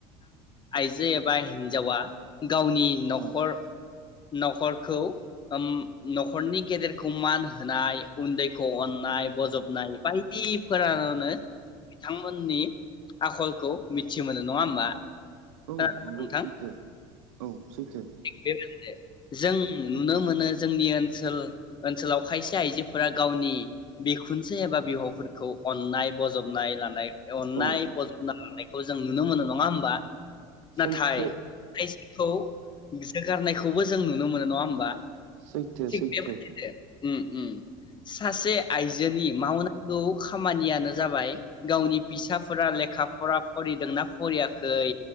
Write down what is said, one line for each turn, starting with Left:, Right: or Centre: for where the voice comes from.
Left: आइजो एबा हिन्जावा गावनि न'खर-न'खरखौ
Right: औ
Left: ओम न'खरनि गेदेरखौ मान होनाय उन्दैखौ अन नाय बजबनाय बायदिफोरानो बिथांमोननि आखलखौ मिथि मोनो नङा होमबा
Right: औ
Left: ।
Right: नंगौ
Left: नोंथां
Right: सैथो औ सैथो
Left: बेबाय जों नुनो मोनो जोंनि ओनसोल ओनसोलाव खायसे आइजोफोरा गावनि बिखुनजो एबा बिहावफोरखौ अननाय बजबनाय लानाय अननाय
Right: औ
Left: बजबना लानायखौ जों नुनो मोनो नङा होमबा।
Right: सैथो
Left: नाथाय खाय खौ जोगारनायखौबो जों नुनो मोनो नङा होमबा?
Right: सैथो
Left: थिग
Right: सैथो
Left: बेबादिनो उम उम सासे आइजोनि मावनांगौ खामानियानो जाबाय गावनि फिसाफोरा लेखा फर फरायदोंना फरायाखै